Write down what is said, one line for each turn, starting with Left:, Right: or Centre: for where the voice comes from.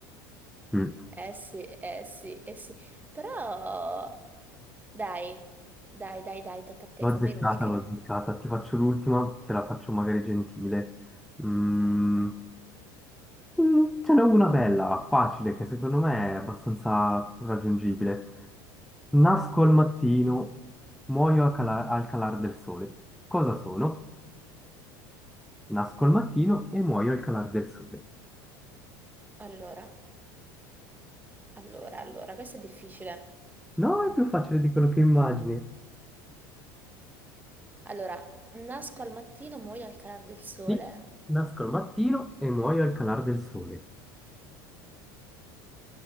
Centre: Mm.
Right: Eh sì, eh sì, eh sì. Però... Dai, dai, dai, dai, tocca a te,
Centre: L'ho
Right: fammi
Centre: azzeccata,
Right: l'ultima.
Centre: l'ho azzeccata. Ti faccio l'ultima, te la faccio magari gentile. Mm. Mm, Ce n'è una bella, facile, che secondo me è abbastanza raggiungibile. Nasco al mattino, muoio a cala- al calar del sole. Cosa sono? Nasco al mattino e muoio al calar del sole.
Right: Allora, allora, allora, questo è difficile.
Centre: No, è più facile di quello che immagini.
Right: Allora, nasco al mattino, muoio al calar del sole.
Centre: Sì, nasco al mattino e muoio al calar del sole.